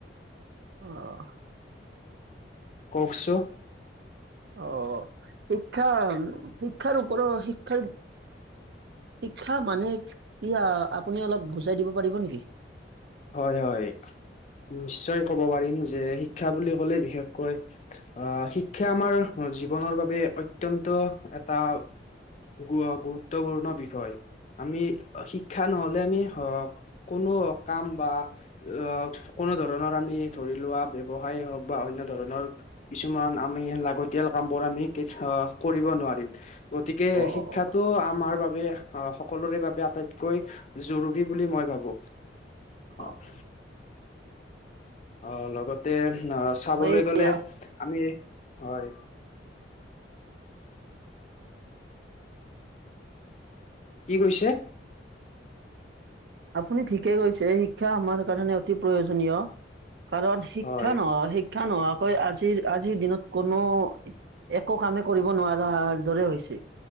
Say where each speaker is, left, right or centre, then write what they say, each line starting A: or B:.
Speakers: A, on the right (about 65°); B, on the left (about 35°).
A: অহ।
B: কওক চো।
A: অহ', শিক্ষা উম শিক্ষাৰ ওপৰত শিক্ষাৰ। শিক্ষা মানে কি আ আপুনি অলপ বুজাই দিব পাৰিব নেকি।
B: হয় হয় নিশ্চয় ক'ব পাৰিম যে শিক্ষা বুলি ক'লে বিশেষকৈ। অহ শিক্ষা আমাৰ জীৱনৰ বাবে অত্যন্ত এটা। গুৰ গুৰুত্বপূৰ্ণ বিষয়। আমি অহ শিক্ষা নহলে আমি হওঁক কোনো। কাম বা অহ', কোনো ধৰণৰ। আমি ধৰি লোৱা ব্যৱসায় হওঁক বা অন্য ধৰণৰ। কিছুমান আমি লাগতিয়াল কামবোৰ আমি কে অহ কৰিব নোৱাৰিম গতিকে
A: অ',
B: শিক্ষাত।
A: অ',
B: টো আমাৰ বাবে অহ সকলোৰে বাবে আটাইতকৈ জৰুৰী বুলি মই ভাবো। অহ।
A: অ',
B: অহ', লগতে অহ', চাবলৈ
A: এই
B: গলে আমি হয়। কি কৈছে?
A: আপুনি ঠিকে কৈছে শিক্ষা আমাৰ কাৰণে অতি প্ৰয়োজনীয়। কাৰণ শিক্ষা
B: হয়,
A: নহয় শিক্ষা নোহোৱাকৈ আজিৰ আজিৰ দিনত কোনো। একো কামে কৰিব নোৱাৰাৰ দৰে হৈছে